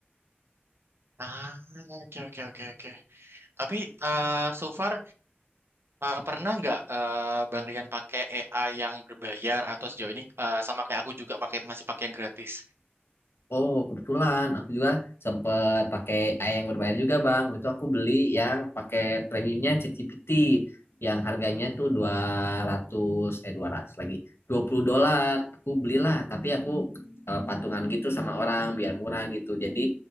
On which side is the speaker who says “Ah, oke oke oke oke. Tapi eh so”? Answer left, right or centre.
Right